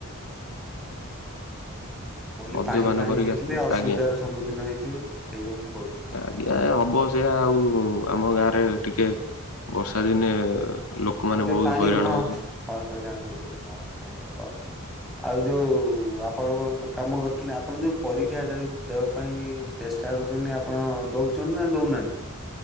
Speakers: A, in the centre; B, on the left (about 80°).
A: ଓ ହ ମୁଁ କହିଲି
B: ମଦ୍ୟପାନ
A: ପାଣି ଫାଣି
B: କରିକି
A: ହେଇଥିଲେ
B: ଆସିଥିଲେ
A: ଅସୁବିଧାର
B: ଆଜ୍ଞା।
A: ସମ୍ମୁଖୀନ ହେଇଥିବେ, ସେଇ ଯୋଗୁ ମୁଁ କହୁଚି।
B: ଆଜ୍ଞା ହବ ସେୟା ଆଉ ଆମ ଗାଁରେ ଟିକେ ବର୍ଷା ଦିନେ ଲୋକମାନେ
A: ଆଉ ଟିକେ
B: ବହୁତ୍
A: ପାଣି
B: ହଇରାଣ
A: ହଁ
B: ହେଉଚନ୍ତି।
A: ହ ହଇରାଣ ହଉଚନ୍ତି <inaudible> ଆଉ ଯୋଉ ଆପଣଙ୍କ ଗୋଟେ କାମ କରିଥିଲେ ଆପଣ ଯୋଉ ପରୀକ୍ଷା <unintelligible> ଦବା ପାଇଁ ଚେଷ୍ଟା କରୁଚନ୍ତି ଆପଣ ଦଉଚନ୍ତି ନା ଦଉନାହାନ୍ତି?